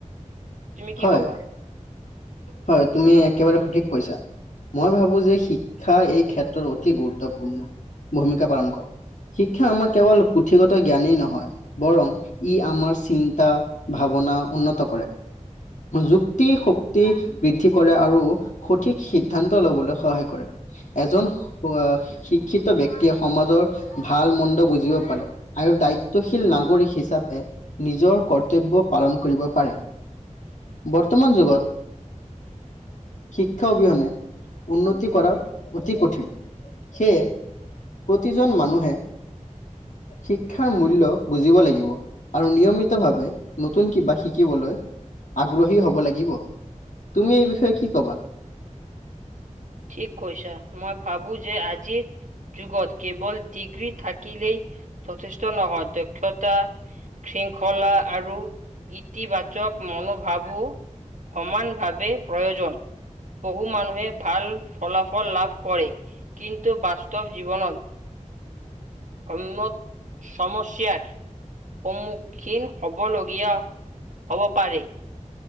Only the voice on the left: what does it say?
হয়
হয় তুমি একেবাৰে সঠিক কৈছা মই ভাবো যে শিক্ষাই এই ক্ষেত্ৰত অতি গুৰুত্বপূৰ্ণ ভূমিকা পালন কৰে শিক্ষা আমাক কেৱল পুথিগত জ্ঞানেই নহয় বৰং ই আমাৰ চিন্তা-ভাবনা উন্নত কৰে। যুক্তি শক্তি বৃদ্ধি কৰে আৰু সঠিক সিদ্ধান্ত ল'বলৈ সহায় কৰে এজন হ শিক্ষিত ব্যক্তিয়ে সমাজৰ ভাল মণ্ড বুজিব পাৰে। আৰু দায়িত্বশীল নাগৰিক হিচাপে নিজৰ কৰ্তব্য পালন কৰিব পাৰে। বৰ্তমান যুগত। শিক্ষা অবিহনে উন্নতি কৰা অতি কঠিন। সেয়ে প্ৰতিজন মানুহে। শিক্ষাৰ মূল্য বুজিব লাগিব আৰু নিয়মিতভাৱে নতুন কিবা শিকিবলৈ আগ্ৰহী হব লাগিব তুমি এই বিষয়ে কি কবা